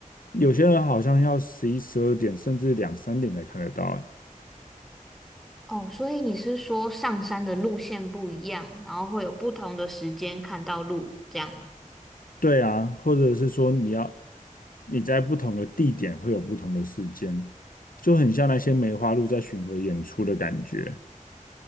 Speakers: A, on the left; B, in the centre.
A: 有些人好像要十一、十二点，甚至两三点才看得到。哎，
B: 哦，所以你是说上山的路线不一样，然后会有不同的时间看到鹿，这样吗？
A: 对啊，或者是说你要你在不同的地点会有不同的时间，就很像那些梅花鹿在巡回演出的感觉。